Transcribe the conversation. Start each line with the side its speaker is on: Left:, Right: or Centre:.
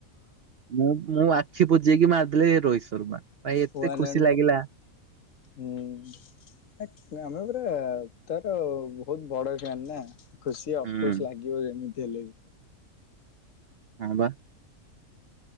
Right: ମୁଁ ମୁଁ ଆଖି ବୁଜେଇକି ମାରିଦେଲି ରୋହିତ ଶର୍ମା ଭାଇ ଏତେ
Left: ହଁ ୱାନ୍
Right: ଖୁସି
Left: ଆଣ୍ଡ
Right: ଲାଗିଲା।
Left: ହୁଁ ହେକ୍ ଆମେ ପୁରା ତାର ବହୁତ ବଡ ଫ୍ୟାନ୍ ନା ଖୁସି ଅଫକୋର୍ସ
Right: ହୁଁ।
Left: ଲାଗିବ ଯେମିତି ହେଲେ ବି।
Right: ହଁ ବା।